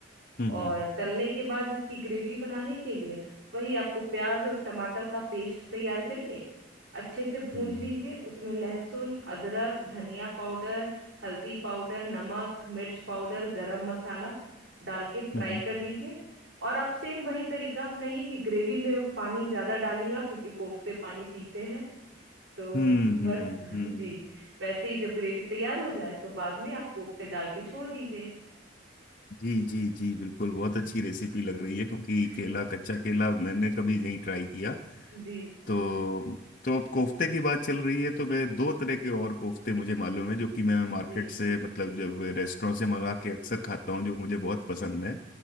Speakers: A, on the left (about 45°); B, on the right (about 75°).
A: हम्म
B: और
A: हम्म
B: तलने के बाद इसकी ग्रेवी बनाने के लिए वही आपको प्याज और टमाटर का पेस्ट तैयार करिए अच्छे से भूंज
A: हम्म
B: लीजिए उसमें लहसुन अदरक धनिया पाउडर हल्दी पाउडर नमक मिर्च पाउडर गरम मसाला डाल के फ्राई
A: हम्म
B: कर लीजिए और आप सेम वही तरीका अपनाइए कि ग्रेवी में पानी ज्यादा डालिएगा क्योंकि कोफ्ते पानी पीते हैं तो
A: हम्म
B: बस
A: हम्म,
B: <laughs> जी
A: हम्म,
B: वैसे ही जब ग्रेवी तैयार हो जाए तो बाद में आप कोफ्ते डाल के छोड़ दीजिए
A: जी जी जी बिल्कुल बहुत
B: जी
A: अच्छी रेसिपी लग रही है क्योंकि
B: <laughs>
A: केला कच्चा केला मैंने कभी नहीं ट्राई किया
B: जी
A: तो तो अब कोफ्ते की बात चल रही है तो मैं दो तरह के और कोफ्ते मुझे मालूम है जो कि मैं
B: जी
A: मार्केट से मतलब जब रेस्टोरेंट से मंगा के अक्सर खाता हूँ जो मुझे बहुत पसंद है